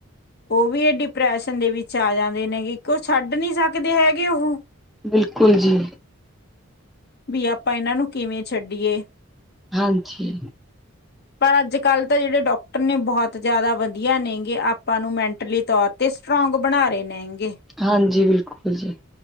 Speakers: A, on the left; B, in the centre.
A: ਉਹ ਵੀ ਇਹ ਡਿਪਰੈਸ਼ਨ ਦੇ ਵਿੱਚ ਆ ਜਾਂਦੇ ਨੇਗੇ ਕਿਉ ਛੱਡ ਨੀ ਸਕਦੇ ਹੈਗੇ ਉਹ।
B: ਬਿਲਕੁਲ ਜੀ।
A: ਵੀ ਆਪਾਂ ਇਹਨਾਂ ਨੂੰ ਕਿਵੇਂ ਛੱਡੀਏ।
B: ਹਾਂਜੀ।
A: ਪਰ ਅੱਜ ਕੱਲ੍ਹ ਤਾਂ ਜਿਹੜੇ ਡਾਕਟਰ ਨੇ ਬਹੁਤ। ਜ਼ਿਆਦਾ ਵਧੀਆ ਨੇ ਗੇ ਆਪਾਂ ਨੂੰ ਮੈਂਟਲੀ ਤੌਰ ਤੇ ਸਟਰੋਂਗ ਬਣਾ ਰਹੇ ਨੇ ਗੇ।
B: ਹਾਂਜੀ, ਬਿਲਕੁਲ ਜੀ।